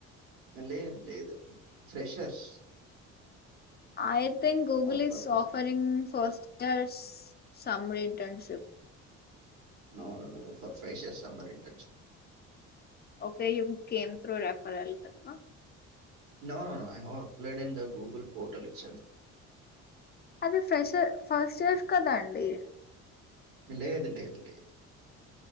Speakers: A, on the right; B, on the left.
A: లేదు లేదు ఫ్రెషర్స్
B: ఆయ thing Google
A: not for
B: is
A: first
B: offering first years summer internship
A: నను న ఫర్ఫైష సరింటన్ష
B: ఓకే ఈక్క ఏం త్రో రెఫర్ అయ్యాలి కదా
A: నఐ హ అప్లైడ్న్ ద గూగల్ పోర్టల్ ఇల్
B: అది ఫ్రెష ఫస్ట్ ఇయర్ కదా అండి
A: లే ఇదు లే ఇదు లే ఇదు